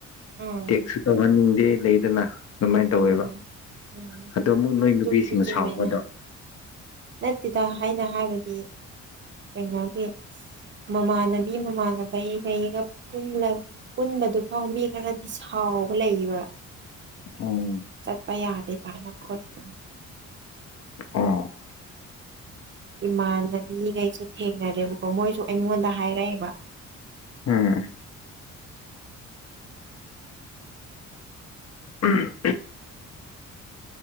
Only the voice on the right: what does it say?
ꯎꯝ
ꯎꯝ ꯎꯝ
ꯑꯗꯨꯕꯨꯗꯤ
ꯆꯨꯝꯃꯦꯅꯦ
ꯅꯠꯇꯦꯗ ꯍꯥꯏꯅ ꯍꯥꯏꯕꯗꯤ ꯀꯩꯅꯒꯤ ꯃꯃꯥꯅꯕꯤ ꯃꯃꯥꯟꯕꯤꯏꯒ ꯑꯩꯒ ꯀ ꯄꯨꯟꯕꯗꯨ ꯐꯥꯎꯅꯤ ꯈꯔꯗꯤ ꯁꯥꯎꯕ ꯂꯩꯌꯦꯕ
ꯆꯠꯄ ꯌꯥꯗ ꯀꯥꯏꯅꯪꯠꯇꯦꯅ
ꯏꯃꯥꯟꯅꯕꯤꯈꯩꯁꯦ ꯊꯦꯡꯅꯔꯦꯕꯀꯣ ꯃꯣꯏꯁꯨ ꯑꯩꯉꯣꯟꯗ ꯍꯥꯏꯔꯛꯑꯦꯕ